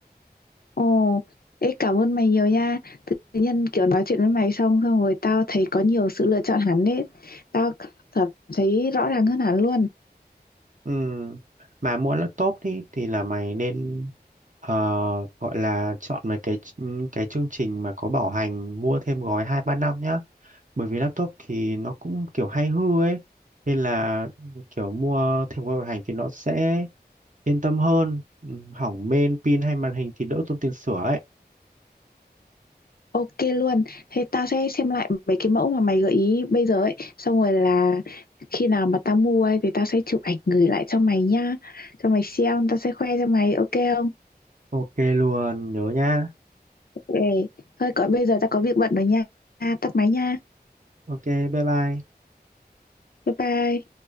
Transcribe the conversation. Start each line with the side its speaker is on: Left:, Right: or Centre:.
Left: Ồ, ê cảm ơn mày nhiều nha. Tự nhiên kiểu nói chuyện với mày xong xong rồi tao thấy có nhiều sự lựa chọn hẳn đấy. Tao cảm thấy rõ ràng hơn hẳn luôn.
Right: Ừ. Mà mua laptop thì thì là mày nên ờ, gọi là chọn mấy cái ch- cái chương trình mà có bảo hành mua thêm gói hai ba năm nhá. Bởi vì laptop thì nó cũng kiểu hay hư ấy nên là kiểu mua thêm gói bảo hành thì nó sẽ yên tâm hơn. Ừ, Hỏng main pin hay màn hình thì đỡ tốn tiền sửa ấy.
Left: Ok luôn. Thế tao sẽ xem lại mấy cái mẫu mà mày gợi ý bây giờ ấy. Xong rồi là khi nào mà tao mua ấy thì tao sẽ chụp ảnh gửi lại cho mày nha, Cho mày xem, tao sẽ khoe cho mày. Ok không?
Right: Ok luôn, nhớ nha.
Left: Ok. Thôi còn bây giờ tao có việc bận rồi nha. Tắt máy nha.
Right: Ok, bye bye.
Left: Bye bye.